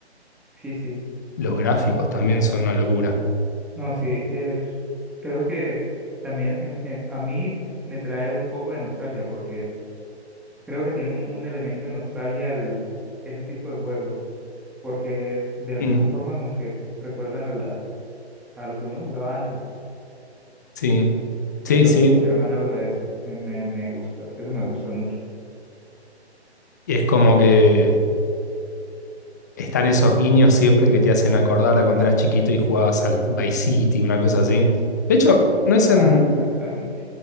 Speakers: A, in the centre; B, on the left.
A: sí, sí.
B: Los gráficos también son una locura.
A: No, sí, eh, creo que también em, eh, a mí me trae un poco de nostalgia porque Creo que tiene un, un elemento de nostalgia el- ese tipo de juegos, porque de alguna
B: Mm,
A: forma como que recuerdan a, la, a lo que uno jugaba antes,
B: sí, sí,
A: entonces
B: sí.
A: conservan algo de eso. Me, me, me gusta, eso me gusta mucho.
B: Y es como que están esos guiños siempre que te hacen acordar a cuando eras chiquito y jugabas al Vice City, una cosa así. De hecho, no es
A: Ajá,
B: en,
A: exactamente.